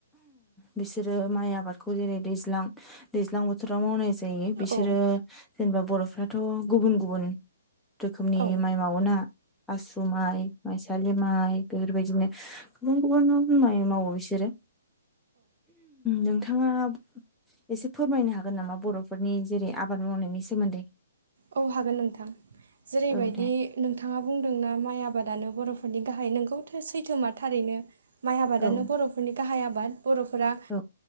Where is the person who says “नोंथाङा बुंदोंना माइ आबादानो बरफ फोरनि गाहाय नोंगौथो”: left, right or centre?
Right